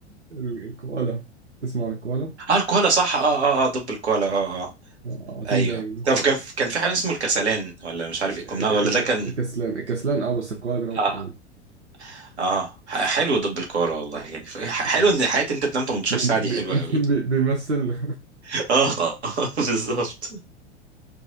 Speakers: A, on the right; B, on the right.
A: ال- الكوالا تسمع عن الكوالا؟
B: اه الكوالا صح اه اه اه دب الكوالا اه اه
A: آه، على طول
B: ايوه
A: نايم ده
B: طب كان كان في حاجه اسمه الكسلان ولا مش
A: ال-
B: عارف ايه كنا
A: الك...
B: ولا
A: الك...
B: ده كان
A: الكسلان الكسلان أه بس الكوالا بينام
B: اه
A: أكتر منه
B: اه ح- حلو دب الكوره والله يعني ف- ح- حلو
A: آه.
B: ان حياتي انت تنام 18
A: بي...
B: ساعه
A: بي...
B: دي حلوه قوي
A: <laughs> بي... بيمثلنا
B: <laughs> اه آه، <laughs> بالظبط